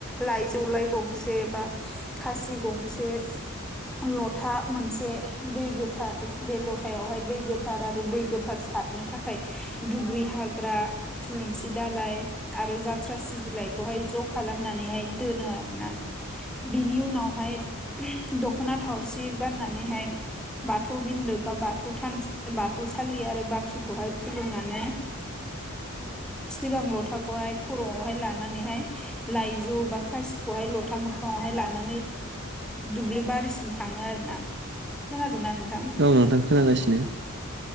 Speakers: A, in the centre; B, on the right (about 55°).
A: लाइजौ लाय गंसे बा खासि गंसे लथा मोनसे दै गोथार बे लथायावहाय दै गोथार आरो दै गोथार सारनो थाखाय दुब्रि हाग्रा थुलुंसि दालाय आरो जाथ्रासि बिलाइखौहाय ज' खालामनानैहाय दोनो आरोना बिनि उनावहाय दख'ना थावसि गाननानैहाय बाथौ बिन्दो बा बाथौ थान बाथौसालि आरो बाख्रिखौहाय खुलुमनानै सिगां लथाखौहाय खर'आवहाय लानानैहाय लाइजौ बा खासिखौहाय लथा मोखाङावहाय लानानै दुब्लि बारिसिम थाङो आरो ना खोनादोंना नोंथां
B: औ नोंथां खोनागासिनो